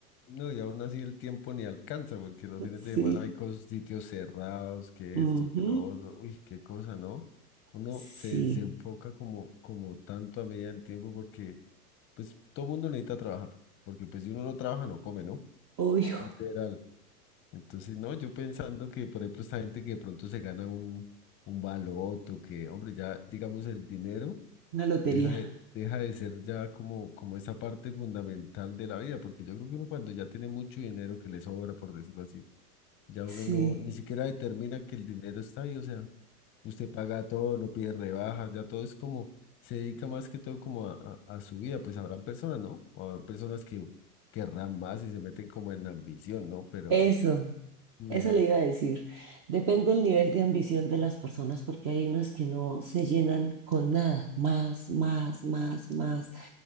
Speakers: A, on the left; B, on the right.
A: No, y aún así el tiempo ni alcanza, porque
B: <laughs>
A: los fines
B: Sí,
A: de semana hay cos- sitios cerrados, que
B: ujú,
A: esto, que lo otro, uy, qué cosa, ¿no? Uno
B: Sí,
A: se desenfoca como, como tanto a medida del tiempo, porque pues todo mundo necesita trabajar, porque pues si uno no trabaja, no come, ¿no?
B: obvio,
A: Literal. Entonces, no, yo pensando que, por ejemplo, esta gente que de pronto se gana un, un baloto, que, hombre, ya digamos el dinero.
B: una lotería.
A: deja de, deja de ser ya como, como esa parte fundamental de la vida, porque yo creo que uno cuando ya tiene mucho dinero que le sobra, por decirlo así, ya
B: Sí.
A: uno no, ni siquiera determina que el dinero está ahí, o sea, usted paga todo, no pide rebajas, ya todo es como, se dedica más que todo como a, a, a su vida, pues habrán personas, ¿no? O habrán personas que querrán más y se meten como en la ambición, ¿no? Pero,
B: Eso,
A: mm,
B: eso le iba a decir. Depende del nivel de ambición de las personas, porque hay unas que no se llenan con nada, más, más, más, más.